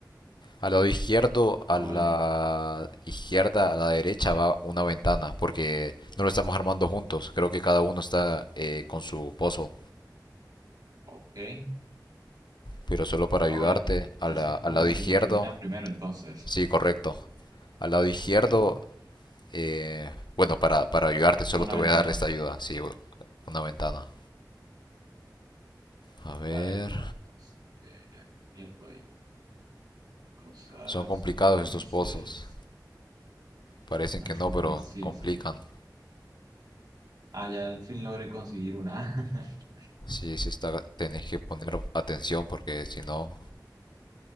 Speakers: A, on the left; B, on the right.
A: Al lado izquierdo,
B: Ah,
A: a la
B: vale.
A: izquierda, a la derecha va una ventana, porque no lo estamos armando juntos. Creo que cada uno está eh, con su puzzle.
B: Ok.
A: Pero solo para
B: Ah,
A: ayudarte,
B: vale.
A: a
B: Entonces
A: la-
B: es
A: al
B: como
A: lado
B: quien
A: izquierdo,
B: lo termina primero, entonces.
A: sí, correcto. Al lado izquierdo,
B: Ok.
A: eh, bueno, para, para ayudarte, solo
B: Buena
A: te
B: ventana.
A: voy a dar esta ayuda, sí, u- una ventana. A ver,
B: Vale, bueno, entonces voy viendo ahí cosas.
A: son complicados
B: Entonces,
A: estos puzzles. Parecen
B: <laughs>
A: que no, pero
B: sí,
A: complican.
B: sí. Ah, ya al fin logré conseguir una. <laughs>
A: Sí, sí está, tenés que poner atención porque si no,